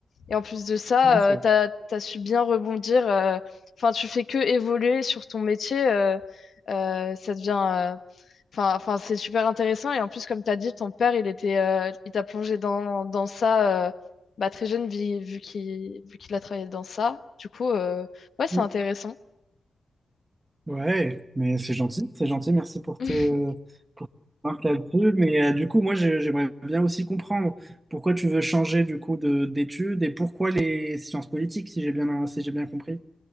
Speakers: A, on the left; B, on the right.
A: Et en plus de ça,
B: ouais, c'est vrai.
A: tu as, t'as su bien rebondir. euh, Enfin, tu fais que évoluer sur ton métier. euh, euh, ça devient... euh, Enfin, enfin, c'est super intéressant. Et en plus, comme tu as dit, ton père, il était, euh, il t'a plongé dans, dans ça euh, bah, très jeune, vu, vu qu'il, vu qu'il a travaillé dans ça. Du coup, euh, ouais, c'est
B: Mm.
A: intéressant.
B: Ouais, mais c'est gentil, c'est gentil. Merci pour
A: <laughs>
B: tes euh, pour tes remarques là-dessus. Mais euh, du coup, moi j'ai- j'aimerais bien aussi comprendre pourquoi tu veux changer du coup de d'études et pourquoi les sciences politiques, si j'ai bien si j'ai bien compris.